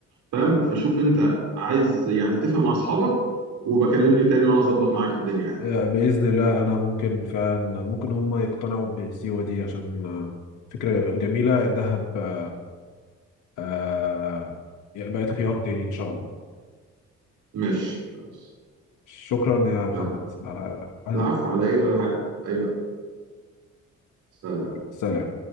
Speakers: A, on the right (about 75°); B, on the left (about 85°).
A: فاهم فشوف انت عايز يعني اتفق مع اصحابك وبكلمني تاني وانا اظبط معاك الدنيا يعني
B: آه، باذن الله انا ممكن فعلا ممكن هم يقتنعوا بسيوه دي عشان آه، فكره جميله دهب آه آه، بقت خيار تاني ان شاء الله
A: ماشي خلاص.
B: شكرا يا محمد
A: تمام.
B: على على-
A: العفو على ايه ولا حاجة ايوه سلام
B: سلام